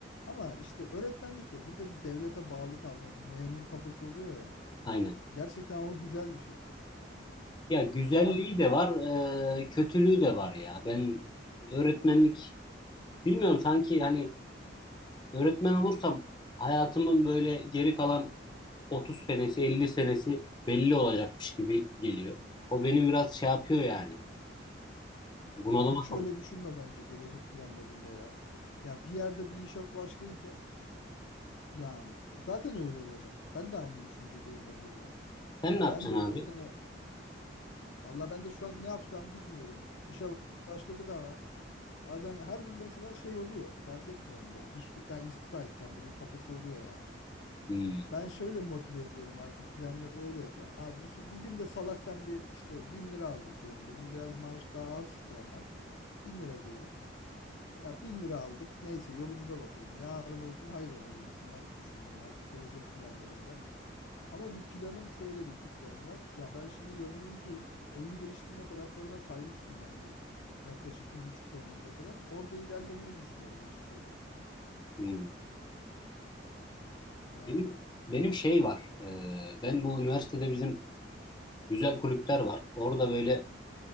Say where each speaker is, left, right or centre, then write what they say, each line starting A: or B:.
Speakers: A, on the left; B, on the left.
A: Ama işte öğretmenlik ya burada bir devlete bağlı kalma bir memur kafası oluyor ya.
B: Aynen.
A: Gerçekten o güzel bir şey.
B: Ya güzelliği
A: Ama
B: de var, eee, kötülüğü de var ya. Ben öğretmenlik bilmiyorum sanki hani öğretmen olursam hayatımın böyle geri kalan 30 senesi, 50 senesi belli olacakmış gibi geliyor. O beni biraz şey yapıyor yani. Bunalıma
A: ya hiç
B: sokuyor.
A: öyle düşünme bence gelecek planlarında ya. Ya bir yerde bir işe başlayınca yani zaten öyle olacak. Ben de aynı düşüncedeyim mesela.
B: Sen
A: Ya
B: ne yapacaksın
A: ben de 30
B: abi?
A: sene valla ben de şu an ne yapsam bilmiyorum. İşe başladık ama bazen her gün mesela şey oluyor. Dert etme onda. İş, ben istifa edeceğim bugün kafası oluyor yani.
B: Hmm,
A: Ben şöyle motive ediyorum artık planları öyle yapıyorum. Abi bu, bugün de salaktan bir işte bin lira aldık diyelim benim. Biraz maaş daha az şu anlar. Bin lira diyorum. Ya bin lira aldık. Neyse yolumuza bakalım. Yarın olsun hayrola gibisinden düşünüyorum artık gelecek planlarında. Ama bir planım şöyle bir planım var. Ya ben şimdi yazılımcıyım. Oyun geliştirme taraflarına kaymıştım ben bir yaklaşık bir buçuk sene önce falan. Orada ilerlemeyi düşünüyorum açıkçası.
B: hmm.
A: Ya,
B: Benim, benim şey var. Ee, ben bu üniversitede bizim güzel kulüpler var. Orada böyle